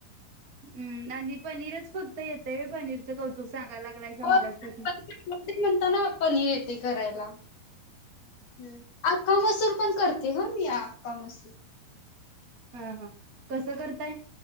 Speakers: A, on the right; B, on the left.
A: <unintelligible> आणि पनीरच फक्त येतय व्हय पनीरचं कौतुक सांगायला लागलायसा
B: हो
A: मगाच पासन
B: ते म्हणताना करायला. हम्म आक् का मसूर पण करतेय हं मी आक्का मसूर.
A: हं हं कसं करताय?